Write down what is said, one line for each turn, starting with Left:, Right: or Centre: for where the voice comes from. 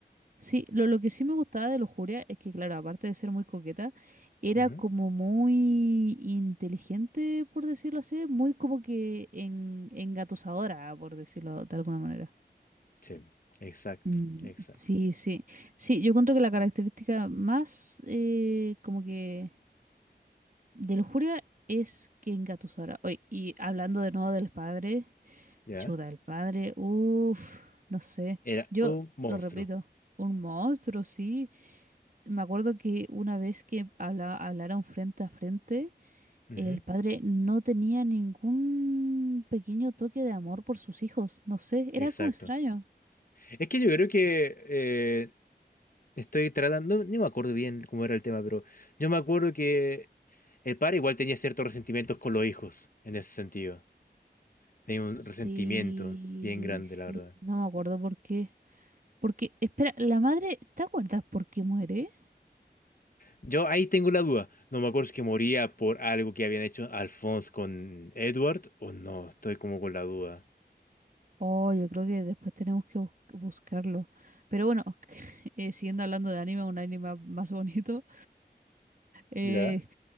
Right: Sí, lo, lo que sí me gustaba de Lujuria es que, claro, aparte de ser muy coqueta, era
Left: Ujú.
Right: como muy inteligente, por decirlo así, muy como que en, engatusadora, por decirlo de alguna manera.
Left: Sí, exacto,
Right: Mm,
Left: exacto.
Right: sí, sí. Sí, yo encuentro que la característica más eh, como que de Lujuria es que engatusadora. Oye, y hablando de nuevo del padre,
Left: ¿Ya?
Right: chuta, el padre, uff, no sé.
Left: Era
Right: Yo
Left: un monstruo.
Right: lo repito, un monstruo, sí. Me acuerdo que una vez que habla- hablaron frente a frente,
Left: Ujú,
Right: el padre no tenía ningún pequeño toque de amor por sus hijos. No sé, era
Left: Exacto.
Right: como extraño.
Left: Es que yo creo que eh, estoy tratando, no, me acuerdo bien cómo era el tema, pero yo me acuerdo que el padre igual tenía ciertos resentimientos con los hijos, en ese sentido. Tenía un
Right: Sí,
Left: resentimiento bien grande,
Right: sí,
Left: la verdad.
Right: no me acuerdo por qué. Porque, espera, la madre, ¿te acuerdas por qué muere?
Left: Yo ahí tengo la duda. No me acuerdo si es que moría por algo que habían hecho Alphonse con Edward o no. Estoy como con la duda.
Right: Oh, yo creo que después tenemos que bus- buscarlo. Pero bueno, <laughs> eh, siguiendo hablando de anime, un anime más bonito. eh,
Left: ¿Ya?